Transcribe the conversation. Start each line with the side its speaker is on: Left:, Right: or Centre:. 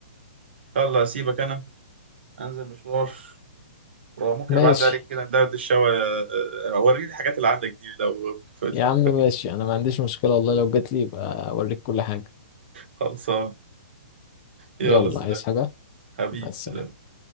Right: يلا أسيبك أنا أنزل مشوار وممكن
Left: ماشي
Right: أبعد عليك كده ندردش الشوا أوريني الحاجات اللي عندك دي لو فكرت
Left: يا عم ماشي انا ما عنديش مشكله والله لو جات لي يبقى اوريك كل حاجه
Right: خلصان يلا
Left: يلا
Right: سلام
Left: عايز حاجه
Right: حبيبي
Left: مع السلامه
Right: سلام